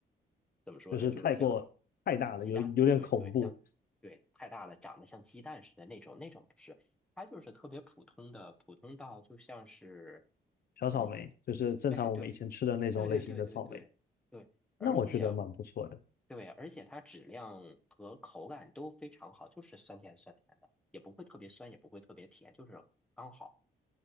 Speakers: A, in the centre; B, on the left (about 60°).
A: 怎么说呢，
B: 就是太过太大了，
A: 就是像像鸡蛋，
B: 有有点恐怖。
A: 对对，像对太大了，长得像鸡蛋似的那种，那种不是，它就是特别普通的，普通到就像是，
B: 小草莓就是正常我们以前吃的那种类型的草莓，
A: 嗯，哎，对对对对对对对，
B: 那我觉得蛮不错的。
A: 而且对，而且它质量和口感都非常好，就是酸甜酸甜的，也不会特别酸，也不会特别甜，就是刚好。